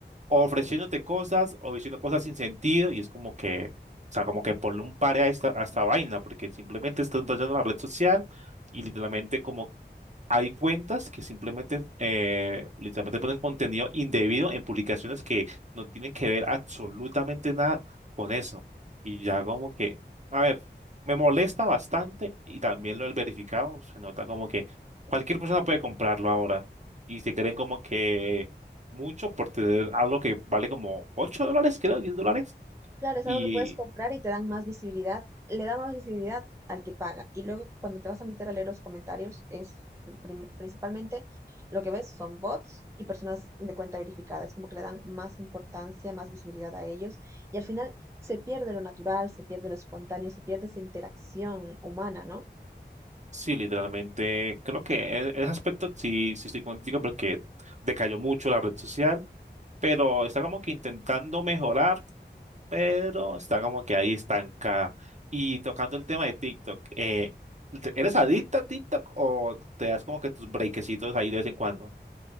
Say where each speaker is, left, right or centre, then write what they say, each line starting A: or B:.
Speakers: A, on the right; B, on the right.
A: ofreciéndote cosas o diciendo cosas sin sentido y es como que, o sea, como que ponle un pare a esta, a esta vaina porque simplemente estás dañando la red social y literalmente como hay cuentas que simplemente, eh, literalmente ponen contenido indebido en publicaciones que no tienen que ver absolutamente nada con eso. Y ya como que, a ver, me molesta bastante y también lo del verificado, se nota como que cualquier persona puede comprarlo ahora y se creen como que mucho por tener algo que vale como 8 dólares, creo, 10 dólares.
B: Claro, es
A: Y
B: algo que puedes comprar y te dan más visibilidad, le da más visibilidad al que paga. Y luego cuando te vas a meter a leer los comentarios, es prim- principalmente lo que ves son bots y personas de cuenta verificada. Es como que le dan más importancia, más visibilidad a ellos. Y al final se pierde lo natural, se pierde lo espontáneo, se pierde esa interacción humana, ¿no?
A: sí, literalmente, creo que en en ese aspecto sí, sí estoy contigo porque decayó mucho la red social, pero está como que intentando mejorar pero está como que ahí estancada. Y tocando el tema de TikTok, eh, ¿te- ¿eres adicta a TikTok o te das como que tus breakecitos ahí de vez en cuando?